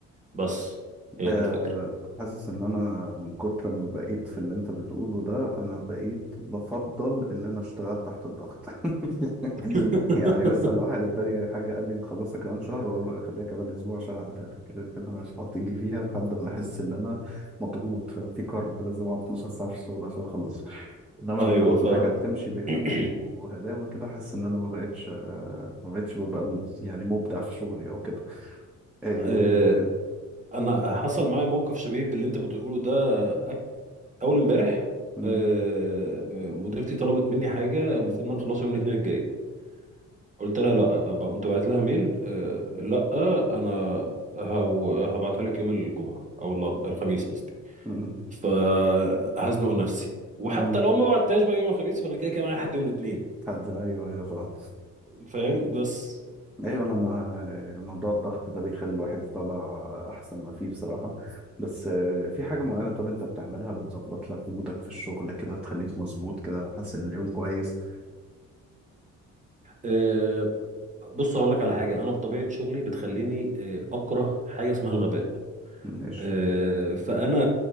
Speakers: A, on the right (about 25°); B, in the centre.
A: بس هي
B: آه،
A: دي الفكره
B: حاسس ان انا من كتر ما بقيت في اللي انت بتقوله ده انا بقيت بفضل ان انا اشتغل تحت الضغط <laughs>
A: <laughs>
B: يعني مثلا لو حد اداني حاجه قال لي نخلصها كمان شهر اقول له لا، خليها كمان اسبوع عشان اعملها لك غير كده انا مش هحط ايدي فيها لحد ما احس ان انا مضغوط فاهم في كارب لازم اقعد 12 ساعه في الشغل عشان اخلصها انما
A: ايوه
B: لما الحاجه
A: فاهمك
B: بتمشي بهدوء
A: <coughs>
B: وهداوه كده حاسس ان انا ما بقتش آه، ما بقتش ببقى م- يعني مبدع في شغلي او كده آه،
A: آه، انا حصل معايا موقف شبيه باللي انت بتقوله ده أك- اول امبارح
B: م-
A: آه، مديرتي طلبت مني حاجه المفروض ان انا اخلصها يوم الاثنين الجاي قلت لها لا أبقى- قمت بعت لها ميل آه، لا انا هو- هبعتها لك يوم الجمعه او الاربعاء الخميس قصدي
B: م- <laughs>
A: فهزنق نفسي وحتى
B: امم
A: لو ما بعتهاش بقى يوم الخميس فانا كده كده معايا لحد يوم الاثنين
B: حد ايوه ايوه فاهم
A: فاهم بس
B: ايوه انا مع موضوع الضغط ده بيخلي الواحد يطلع احسن ما فيه بصراحه بس آه، في حاجه معينه طب انت بتعملها بتظبط لك مودك في الشغل كده تخليك مظبوط كده حاسس ان اليوم كويس
A: آه، بص هقول لك على حاجه انا بطبيعه شغلي بتخليني آه، اكره حاجه اسمها الغباء
B: ماشي
A: آه، فانا